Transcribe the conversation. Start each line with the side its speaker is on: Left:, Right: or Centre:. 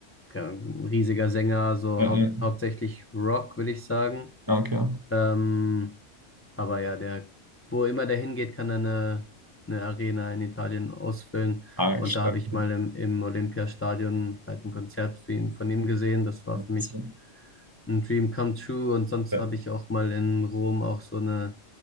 Left: keine Ahnung, riesiger Sänger, so
Right: Ja,
Left: haupt,
Right: ja.
Left: hauptsächlich Rock, will ich sagen.
Right: Ah, Okay.
Left: Ähm, aber ja, der, wo immer der hingeht, kann er eine, eine Arena in Italien ausfüllen.
Right: Ah,
Left: Und
Right: stark.
Left: da habe ich
Right: Ja.
Left: mal im, im Olympiastadion halt ein Konzert für ihn, von ihm gesehen. Das war
Right: Das
Left: für mich
Right: ist ja-
Left: ein Dream come true. Und sonst
Right: ja,
Left: habe ich auch mal in Rom auch so eine